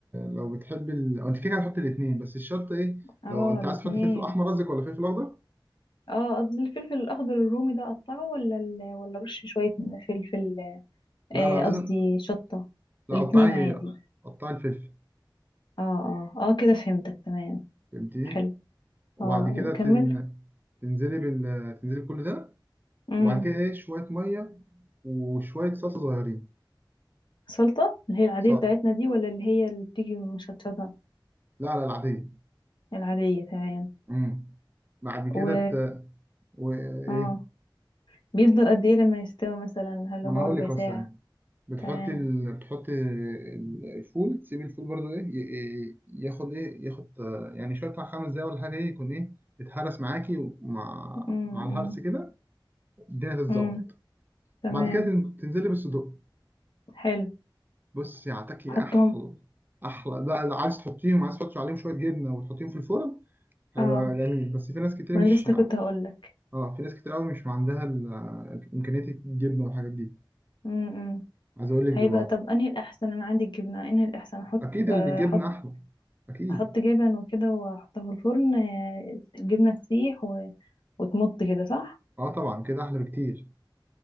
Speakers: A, on the right (about 25°); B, on the left (about 65°).
A: لو بتحبي ال... أو انت كده كده هتحطي الاتنين بس الشطة ايه
B: اه
A: لو انت
B: الاتنين
A: عايز تحطي فلفل احمر قصدك ولا فلفل اخضر
B: اه قصدي الفلفل الاخضر الرومي ده اقطعه ولا ال... ولا رش شوية فلفل
A: لا
B: آه،
A: لا
B: قصدي
A: لازم
B: شطة
A: لا
B: الاتنين
A: قطعي
B: عادي
A: قطعي الفلفل
B: اه اه اه كده فهمتك تمام
A: فهمتني
B: حلو
A: وبعد
B: اه
A: كده
B: وكمل
A: تن... تنزلي بال... تنزلي بكل ده
B: امم
A: وبعد كده ايه شوية مية وشوية صلصة صغيرين
B: سلطة اللي هي العادية
A: صح
B: بتاعتنا دي ولا اللي هي اللي بتيجي مشطشطة
A: لا لا العادية
B: العادية تمام
A: امم بعد
B: و
A: كده ت... وايه
B: اه بيفضل قد ايه لما يستوي مثلا هل
A: ما
B: هو
A: انا هقول
B: ربع
A: لك
B: ساعة
A: اصلا بتحطي
B: تمام
A: ال... بتحطي ال- الفول تسيبي الفول برضو ايه ي- ي- ياخد ايه ياخد آه، يعني شويه بتاع خمس دقايق ولا حاجه ايه يكون ايه يتهرس معاكي ومع
B: امم
A: مع الهرس كده الدنيا تتظبط
B: امم تمام
A: بعد كده تن- تنزلي بالصدوق
B: حلو
A: بصي هتاكلي
B: حطهم
A: احلى احلى لا لا عايز تحطيهم عايز تحطي عليهم شويه جبنه وتحطيهم في الفرن هيبقى
B: اه
A: جميل بس في ناس كتير
B: ما
A: مش
B: انا لسه كنت هقول لك
A: اه في ناس كتير قوي مش عندها ال- امكانيه الجبنه والحاجات دي
B: امم
A: عايز اقول لك
B: هيبقى
A: بيبقى
B: طب انهي الاحسن انا عندي الجبنة انهي الاحسن احط
A: اكيد
B: آه،
A: اللي بالجبنه
B: احط
A: احلى اكيد
B: احط جبن وكده واحطها في الفرن آه، الجبنة تسيح و... وتمط كده صح
A: اه طبعا كده احلى بكتير